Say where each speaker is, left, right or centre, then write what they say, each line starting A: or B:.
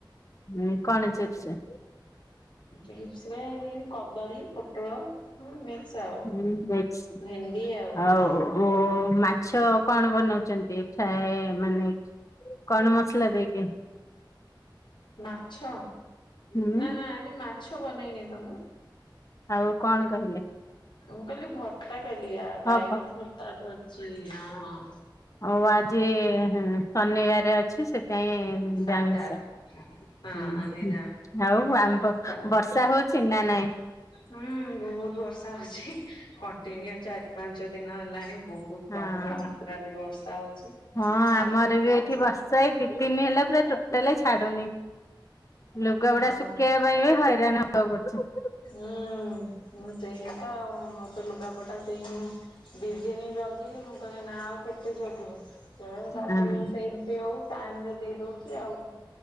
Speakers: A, on the left (about 40°); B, on the left (about 75°).
A: ହଁ କଣ ଚିପ୍ସ।
B: ଚିପ୍ସ ରେ ଏଇ କଦଳୀ ପୋଟଳ। ହଁ ମିକ୍ସ ଆଉ।
A: ହୁଁ ମିକ୍ସ।
B: ଭେଣ୍ଡି
A: ଆଉ
B: ହୁଁ
A: ମାଛ କଣ ବନାଉଚନ୍ତି, ଏ ଫ୍ରାଏ ମାନେ କଣ ମସଲା ଦେଇକି?
B: ମାଛ?
A: ହୁଁ
B: ନା ନା ଆଜି ମାଛ ବନେଇନି ତ ମୁଁ।
A: ଆଉ କଣ କହିଲେ?
B: ମୁଁ କହିଲି ଭର୍ତ୍ତା କହିଲି ଆଉ ବାଇଗଣ
A: ହଁ
B: ଭର୍ତ୍ତା କରଛି ହଁ, ହଁ।
A: ହଉ ଆଜି ହୁଁ ଶନିବାରେ ଅଛି ସେଇଥିପାଇଁ
B: ସାଢେ
A: ଯା ଆମିଷ।
B: ଆଠ
A: ହୁଁ
B: ହଁ ଏଇନା
A: ହୁଁ। ଆଉ ଆମ ପ
B: ସାତ
A: ବର୍ଷା ହଉଛି ନା ନାଇଁ?
B: ହୁଁ ବହୁତ ବର୍ଷା ହଉଛି, କଣ୍ଟିନ୍ୟୁ ଚାରି ପାଞ୍ଚ ଦିନ ହେଲାଣି ବହୁତ ବହୁତ
A: ହଁ
B: ପ୍ରବଳ ମାତ୍ରାରେ ବର୍ଷା ହଉଛି,
A: ହଁ
B: ଆହୁରି
A: ଆମର
B: ବି ହବ
A: ଏଠି ବର୍ଷା ଏଇ ଦି ଦିନି ହେଲା ପୁରା ଟୋଟାଲ ଛାଡୁନି। ଲୁଗା
B: ହଁ
A: ଗୁଡା ଶୁକେଇଆ ଇବା ପାଇଁ ବି ହଇରାଣ ହବାକୁ ପଡୁଛି।
B: ହୁଁଁ। ମୁଁ ସେଇଆ ତ ଆଉ। ଆମର ତ ଲୁଗାପଟା ସେଇ ହ ଦି ଦିନ ଜଗିଲି, ମୁଁ କହିଲି ନା ଆଉ କେତେ ଜଗିବୁ? ତେଣୁ ତାପରେ
A: ହଁ
B: ଆଉ ସେମତି ହଉ ଟାଇମରେ ଦେଇ ଦଉଛି ଆଉ,